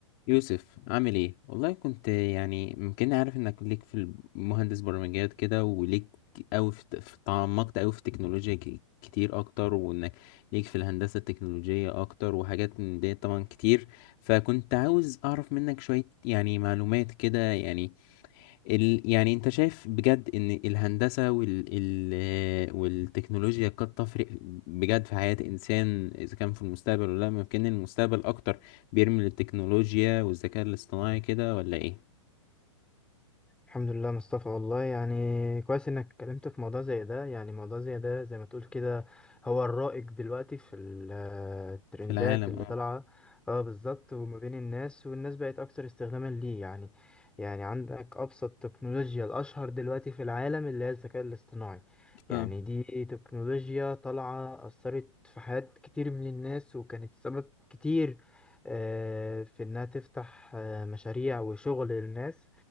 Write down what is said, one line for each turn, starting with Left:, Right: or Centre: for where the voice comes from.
Left: يوسف عامل ايه والله كنت يعني ممكن عارف انك ليك في المهندس برمجيات كده وليك قوي في في- تعمقت قوي في التكنولوجيا ك- كتير اكتر وانك ليك في الهندسة التكنولوجية اكتر وحاجات من دي طبعا كتير فكنت عاوز اعرف منك شوية يعني معلومات كده يعني ال... يعني انت شايف بجد ان الهندسة وال... ال... والتكنولوجيا قد تفرق بجد في حياة انسان اذا كان في المستقبل ولا لا ممكن المستقبل اكتر بيرمي للتكنولوجيا والذكاء الاصطناعي كده ولا ايه
Centre: الحمد لله مصطفى والله يعني كويس انك اتكلمت في موضوع زي ده يعني موضوع زي ده زي ما تقول كده هو الرائج دلوقتي في ال- آه، الترندات
Left: في العالم
Centre: اللي
Left: اه
Centre: طالعة اه بالظبط وما بين الناس والناس بقت اكتر استخداما ليه يعني يعني عندك ابسط تكنولوجيا الاشهر دلوقتي في العالم اللي هي الذكاء الاصطناعي يعني
Left: اه
Centre: دي تكنولوجيا طالعة اثرت في حياة كتير من الناس وكانت سبب كتير آه، في انها تفتح آه، مشاريع وشغل للناس